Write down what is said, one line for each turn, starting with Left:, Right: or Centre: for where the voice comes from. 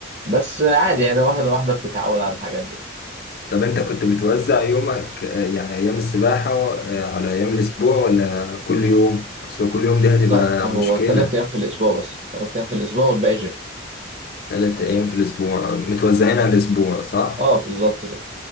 Right: بس عادي يعني واحدة واحدة بتتعود على الحاجات دي
Left: طب أنت كنت بتوزع يومك آه، يعني أيام السباحة آه، على أيام الأسبوع ولا كل يوم؟ أصل كل يوم دي هتبقى
Right: لا هو
Left: مشكلة
Right: تلات أيام في الأسبوع بس تلات أيام في الأسبوع والباقي جيم
Left: تلات أيام في الأسبوع متوزعين على الأسبوع صح؟
Right: اه بالظبط كده